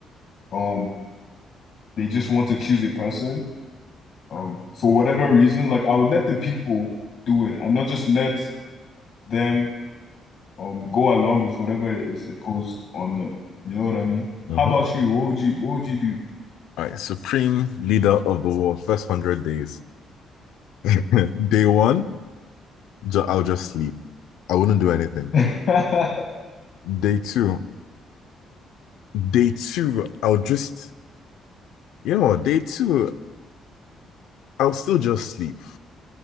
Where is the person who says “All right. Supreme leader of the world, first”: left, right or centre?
Left